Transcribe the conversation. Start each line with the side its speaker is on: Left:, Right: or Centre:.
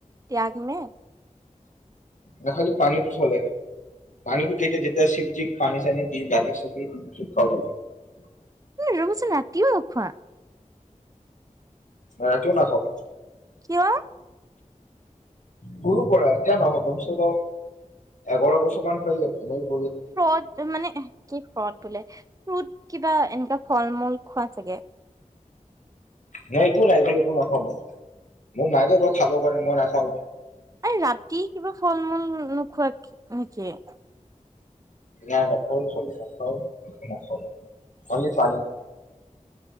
Right: ত্যাগ মে
Left: নহলে পানীটো চলে পানীটো কেইটা যেতিয়া শিৱজিক পানী চানি দি গাখীৰ চাখিৰ দি খাব পাৰি।
Right: তুমি চোন ৰাতিও নোখোৱা।
Left: ৰাতিও নাখাও।
Right: কিয়?
Left: সৰু পৰা এতিয়া নহয় কম চে কম এঘাৰ বছৰ মান হৈ গ'ল এ
Right: ফ্ৰুট মানে কি ফ্ৰুট বোলে ফ্ৰড কিবা এনে কোৱা ফল মূল খোৱা চাগে?
Left: নাই একো নাই এইবিলাক একো নাখাও ময় মোৰ মায়ে কই খাবৰ কাৰণে মই নাখাও।
Right: আৰু ৰাতি কিবা ফল মূল উম নোখোৱা নেকি?
Left: না না ফল চল নাখাও <unintelligible> খালি পানী।